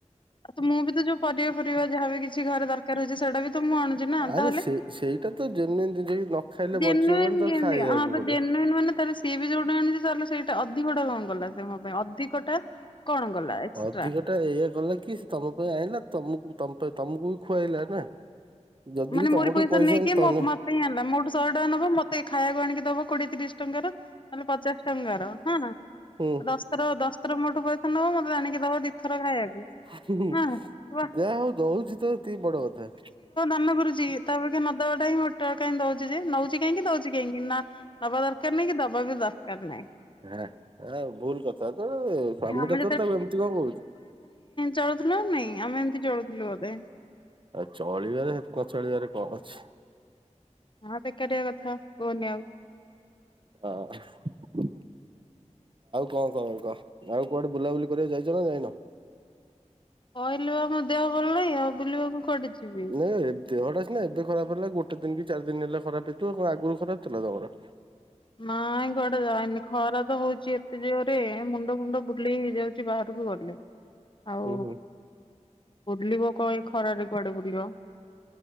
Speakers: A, on the left; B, on the right.
A: ଆ ତ ମୁଁ ବି ତ ଯୋଉ ପରିବା ଫରିବା ଯାହାବି କିଛି ଘରେ ଦରକାର ହଉଛି ସେଇଟା ବି ତ ମୁଁ ଆଣୁଛି ନା
B: ଆରେ
A: ତାହେଲେ।
B: ସେ ସେଇଟା ତ ଜେନୁଇନ ଜିନିଷ କି ନ ଖାଇଲେ
A: ଜେନୱିନ
B: ବଞ୍ଚି ହବନି ତାକୁ
A: କେମିତିକା
B: ଖାଇବାକୁ
A: ହଁ ତ
B: ପଡିବ।
A: ଜେନ ମାନେ ତାହେଲେ ସିଏ ବି ଯୋଉଟା ଆଣିଛି ତାହେଲେ ସେଇଟା ଅଧିକ ଟା କଣ କଲା ସେ ମୋ ପାଇଁ ଅଧିକଟା କଣ କଲା ଏକ୍ସଟ୍ରା
B: ଅଧିକଟା ଏଇଆ କଲା କି ସେ ତମ ପାଇଁ ଆଇଁଲା ତମକୁ ତମ ପାଇଁ ତମକୁ ବି ଖୁଆଇଲା ନା। ଯଦି
A: ମାନେ
B: ବି ତମଠୁ
A: ମୋରି ପଇସା ନେଇକି
B: ତମେ
A: ମୋ ମତେ ହିଁ ଆଣିଲା ମୋଠୁ ଶହେ ଟଙ୍କା ନବ ମତେ ଖାଇବାକୁ ଆଣିକି ଦବ କୋଡିଏ ତିରିଶ ଟଙ୍କାର ନହେଲେ ପଚାଶ ଟଙ୍କାର ହଁ ନା
B: ହୁଁ
A: ଦଶ୍ ଥର ଦଶ ଥର ମୋଠୁ ପଇସା ନବ ମତେ ଆଣିକି ଦବ ଦିଥର ଖାଇବାକୁ।
B: ହୁଁ ହୁଁ
A: ହଁ ବା
B: ଯାହା ହଉ ଦଉଚି ତ ହେତିକି ବଡ କଥା।
A: ମନା କରୁଚି କି ତାଅପେକ୍ଷା ନଦବାଟା ହିଁ ବେଟର, କାହିଁ ଦଉଚି ଯେ ନଉଚି କାହିଁକି ଦଉଚି କାହିଁକି ନା ନ ଦବା ଦରକାର ନାଇଁ କି ଦବା ବା ବି ଦରକାର ନାହିଁ।
B: ହା ଆ ଭୁଲ କଥା ତ ଏ ସ୍ଵାମୀ
A: ଆମେ
B: ଟା ତୋର ତାକୁ ଏମିତି କଣ କହୁଛୁ?
A: ଚଳୁଥିଲା ନା ନାଇଁ ଆମେ ଏମିତି ଚଳୁଥିଲୁ ବୋଧେ
B: ଆଉ ଚଳିବାରେ ହେ କ ଚଳିବାରେ କଣ ଅଛି।
A: ହଁ ବେକାରିଆ କଥା କୁହନି ଆଉ।
B: ହଁ। ଆଉ କଣ ଖବର କହ ଆଉ କୁଆଡେ ବୁଲାବୁଲି କରିବାକୁ ଯାଇଚ ନା ଯାଇନ?
A: କହିଲି ବା ମୋ ଦେହ ଭଲ ନାହିଁ ଆଉ ବୁଲିବାକୁ କୁଆଡେ ଯିବି।
B: ନାଇଁ ଏ ଦେହଟା ସିନା ଏବେ ଖରାପ ହେଲା ଗୋଟେ ଗୋଟ ଦିନ କି ଚାରି ଦିନ ହେଲା ଖରାପ ହେଇଥିବ ଆଗରୁ ଖରାପ ଥିଲା ତମର?
A: ନାଇଁ କୁଆଡେ ଯାଇନି ଖରା ତ ହଉଚି ଏତେ ଜୋରେ ମୁଣ୍ଡ ଫୁଣ୍ଡ ବୁଲେଇ ହେଇଯାଉଛି ବାହାରକୁ ଗଲେ। ଆଉ
B: ହୁଁ ହୁଁ
A: ବୁଲିବ କଁ ଏ ଖରାରେ କୁଆଡେ ବୁଲିବ।